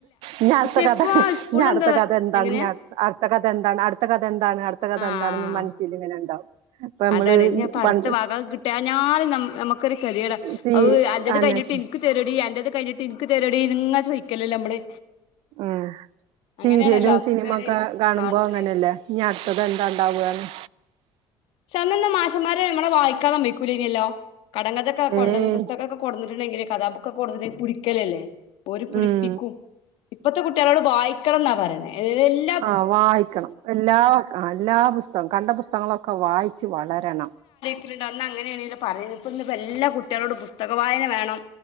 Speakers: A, on the right; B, on the left.
A: ഇനി അടുത്ത
B: പക്ഷെ
A: കഥ
B: ഇപ്പൊ സ്കൂള്
A: ഞ് അടുത്ത
B: എന്താ
A: കഥ എന്താണ്
B: എങ്ങനെ
A: ഞ് അട്ത്ത അടുത്ത കഥ എന്താണ് അടുത്ത കഥ എന്താണ് അടുത്ത കഥ
B: ആഹ്
A: എന്താണ് മനസ്സിൽ ഇങ്ങനെ ഉണ്ടാവും നമ്മള്
B: അതാണ് ഇനിഞ് പ്പം അട്ത്തഭാഗം
A: പണ്ട്
B: അത് കിട്ടാഞാലും നമുക്കൊരു കെതേടാ
A: സീ
B: അഊ അൻ്റെത്
A: അന്നെ
B: കഴിഞ്ഞിട്ട്
A: സി-
B: എനിക്ക് തെരൊടി അൻ്റെത് കഴിഞ്ഞിട്ട് ഇന്ക്ക് തെരൊടി ഇന്ന്ങ്ങനെ ചോദിക്കലല്ലേ നമ്മള്
A: ഉം
B: അങ്ങനെയാണല്ലോ
A: സീരിയലും
B: അന്നത്തെ
A: സിനിമ
B: ഒരു
A: ഒക്കെ കാണുമ്പോ
B: ക്ലാസ്സില്
A: അങ്ങനെയല്ലേ ഇനി അടുത്തത് എന്താ ഇണ്ടാവാന്ന്
B: <unintelligible> അന്നൊന്നും മാശന്മാര് നമ്മളെ വായിക്കാൻ സമ്മയ്ക്കൂല്ലേയ്നല്ലോ കടംങ്കതൊക്കെ കൊണ്ടന്ന്
A: ഏയ്
B: പുസ്തകമൊക്കെ കൊടന്നിട്ടുണ്ടെങ്കില് കഥാബുക്കൊക്കെ കൊടന്നിട്ടിണ്ടെൽ പിടിക്കലല്ലെ ഓര് പിടിപ്പിക്കും
A: ഉം
B: ഇപ്പത്തെ കുട്ടികളോട് വായിക്കണം എന്നാ പറയുന്നത്
A: ആ വായിക്കണം എല്ലാ എല്ലാ പുസ്തകം കണ്ട പുസ്തകങ്ങളൊക്കെ വായിച്ച് വളരണം
B: ന്നട്ട് അന്ന് അങ്ങനെയാണല്ലോ പറയ ഇപ്പം ഇന്ന് ഇപ്പോ എല്ലാ കുട്ട്യാളോടും പുസ്തക വായന വേണം